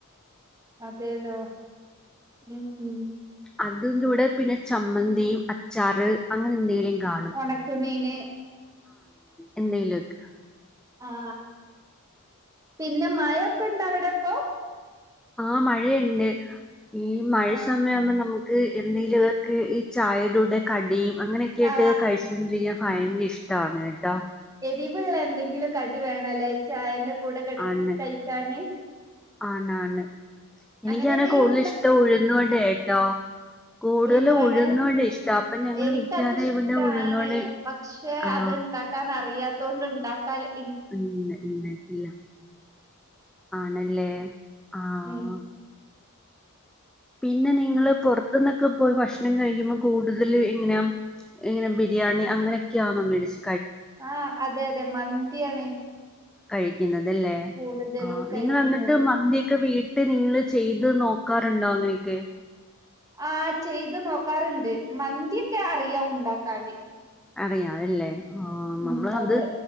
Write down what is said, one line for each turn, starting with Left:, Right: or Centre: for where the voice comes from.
Right: അതേലോ ഉ ഉ
Centre: അതിന്റെ കൂടെ പിന്നെ ചമ്മന്തിയും അച്ചാറ് അങ്ങനെ എന്തെങ്കിലും കാണും
Right: ഉണക്ക മീന്
Centre: എന്തെലുംക്ക
Right: <unintelligible> ആ പിന്നെ മഴൊക്കെ ഉണ്ട അവിടെപ്പൊ
Centre: ആ മഴയുണ്ട് ഈ മഴ
Right: ആ
Centre: സമയ ആവുമ്പോ നമുക്ക് എന്തെങ്കിലുമൊക്കെ ഈ ചായയുടെടുടെ കടിയും അങ്ങനെയൊക്കെ
Right: ആ
Centre: ആട്ട് കഴിച്ചണ്ടിരിക്കാൻ ഭയങ്കര ഇഷ്ടാണ് കെട്ടോ
Right: ദീപുള്ള എന്തെങ്കിലും കടി വേണല്ലോ ചായന്റെ കൂടെ കടി
Centre: ആണ്
Right: കഴിക്കാന്
Centre: ആണാണ് എനിക്കാണ
Right: അങ്ങനെ എന്തെലും
Centre: കൂടുതൽ ഇഷ്ടം ഉഴുന്ന്വട കേട്ടോ കൂടുതൽ
Right: ഉഴുന്ന്വട
Centre: ഉഴുന്നുവട ഇഷ്ടം അപ്പൊ ഞങ്ങൾ
Right: എനിക്കത്
Centre: മിക്കവാറും
Right: ഇഷ്ടാണ്
Centre: ഇവിടെ ഉഴുന്നുവട
Right: പക്ഷെ
Centre: ആ
Right: അത്ണ്ടാക്കാൻ അറിയാത്ത അതുകൊണ്ട് ഉണ്ടാക്കാല്
Centre: ഉ ഉന്നട്ടില്ല ആണല്ലേ ആഹ
Right: ഉം
Centre: പിന്നെ നിങ്ങള് പുറത്തു നിന്നൊക്കെ പോയി ഭക്ഷണം കഴിക്കുമ്പോൾ കൂടുതൽ ഇങ്ങന ഇങ്ങനെ ബിരിയാണി അങ്ങനെയൊക്കെയാ മേടിച്ച
Right: ആ അതെ അതെ മന്തിയാണ്
Centre: കൈ തല്ലേ
Right: കൂടുതലും
Centre: ആ
Right: കഴിക്കുന്നത്
Centre: നിങ്ങൾ എന്നിട്ട് മന്തിയൊക്കെ വീട്ട് ട്ട് നിങ്ങള് ചെയ്ത് നോക്കാറുണ്ടോ അങ്ങനെയൊക്കെ
Right: ആ ചെയ്ത് നോക്കാറ്ണ്ട് മന്തിയൊക്കെ അറിയാം ഉണ്ടാക്കാന്
Centre: അറിയാം അല്ലേ ആ നമ്മള്
Right: ഉം
Centre: അത്
Right: അതെ